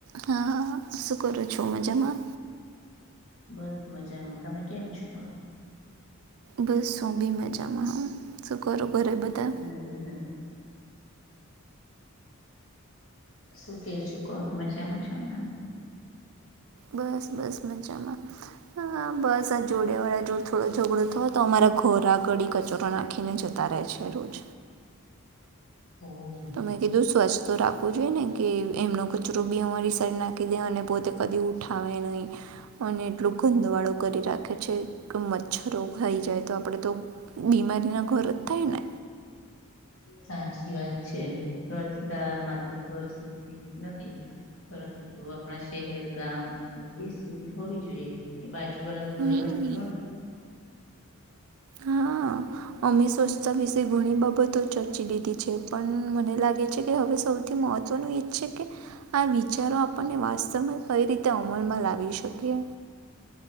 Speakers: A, on the right; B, on the left.
A: હા હ શું કરર છમા જમમા
B: બસ મજામાં તમે કેમ છો
A: બસ શું બી મજામાં શું કરો ઘરે બધા
B: હમ શું કે છુ ક મજામાં છો ને આમ તમે
A: બસ બસ મજામાં હ બસ આ જોડે વાળા જોડ થોડો ઝઘડો થયો તો અમારા ઘોરા ઘડીી કચોરો નાખીને જતા રહે છે રોજ
B: હમ
A: તમે કીધું સ્ું સ્તો રાખવો જોઈએ ને કે એમનો કચરો બી અમારી શરી નાખી દે અને પોતે કદી ઉઠાવે નહીં અને એટલું ગંધવાળો કરી રાખે છે કે મચ્છરો ખાઈ જાય તો આપડે તો બીમારીના ઘોર જ થાય ને
B: સાચી વાત છે વ છેતા માત્ર ઘર સુધી સીમિત નથી પરંતુ આપણા શહેર ગામ દેશ સુધી હોવી જો એ બાજુ બળન ઘરે
A: હમ
B: કચ ત્ર ના
A: હા અમે સ્વચ્છતા વિશે ઘણી બા ચર્ચી લીધી છે પણ મને લાગે છે કે હવે સૌથી મહત્વનું એ જ છે કે આ વિચારો આપણને વાસ્તવમાં કઈ રીતે અમલમાં લાવી શકીએ